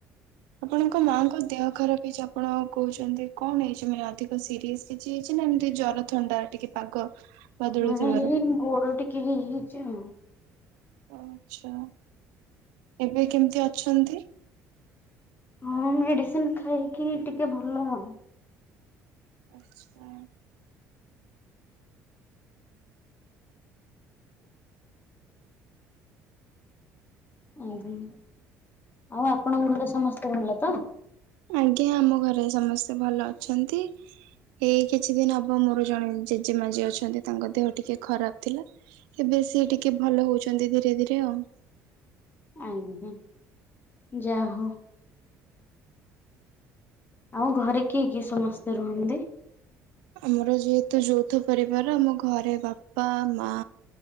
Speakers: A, on the right; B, on the left.
A: ଆପଣଙ୍କ ମାଆଙ୍କ ଦେହ ଖରାପ ହେଇଛି ଆପଣ କହୁଛନ୍ତି କଣ ହେଇଛି ଅଧିକ ସିରିଅସ୍ କିଛି କିଛି ନା ଏମିତି ଜର ଥଣ୍ଡା ଟିକେ ପାଗ ବଦଳୁଥିବାରୁ
B: ନାଇଁ ଏଇ ଗୋଡ ଟିକେ ଇଏ ହେଉଛି ଆଉ
A: ଆଛା ଏବେ କେମିତି ଅଛନ୍ତି?
B: ହଁ ମେଡିସିନ ଖାଇକି ଟିକେ ଭଲ ଆଉ।
A: ଆଛା।
B: ଓହୋ, ଆଉ ଆପଣଙ୍କ ଘରେ ସମସ୍ତେ ଭଲ ତ?
A: ଆଜ୍ଞା, ଆମ ଘରେ ସମସ୍ତେ ଭଲ ଅଛନ୍ତି। ଏଇ କିଛି ଦିନ ହବ ମୋର ଜଣେ ଜେଜେମା ଯିଏ ଅଛନ୍ତି ତାଙ୍କ ଦେହ ଟିକେ ଖରାପ ଥିଲା। ଏବେ ସି ଟିକେ ଭଲ ହଉଛନ୍ତି ଧୀରେ ଧୀରେ ଆଉ।
B: ଆଜ୍ଞା ଯାହା ହଉ। ଆଉ ଘରେ କିଏ କିଏ ସମସ୍ତେ ରୁହନ୍ତି?
A: ଆମର ଯେହେତୁ ଯୌଥ ପରିବାର ଆମ ଘରେ ବାପା ମା